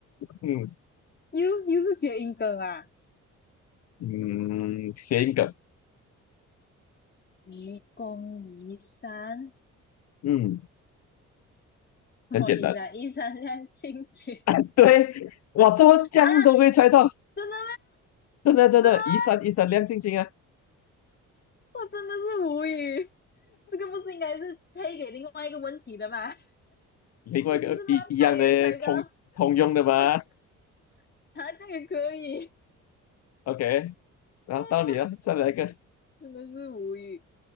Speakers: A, on the left (about 60°); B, on the left (about 35°).
A: 嗯
B: 又又是谐音梗啊。
A: 嗯，谐音梗。
B: 愚公移山，
A: 嗯，很简单。
B: 我依然依山亮晶晶
A: <laughs> 对，哇，这么这样都会猜到，
B: 啊！真的吗？
A: 真的真的，
B: 真的吗？
A: 一闪一闪亮晶晶啊！
B: <laughs> 我真的是无语，这个不是应该是配给另外一个问题的吗？
A: 另外一个一一样的通通用的吧
B: 我只是乱猜也猜到，我啊这样也可以，
A: ？OK，然后到你了，
B: <laughs>
A: 再来一个。
B: 真的是无语。